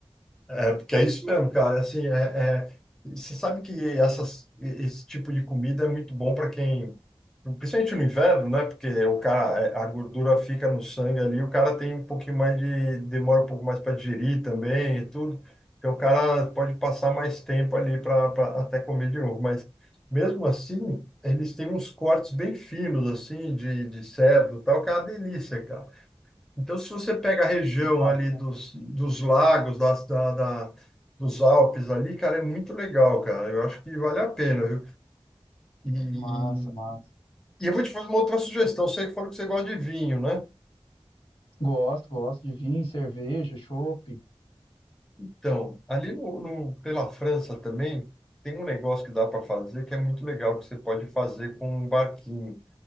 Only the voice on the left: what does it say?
Impacta.
Massa, massa.
Gosto, gosto de vinho, cerveja, chopp.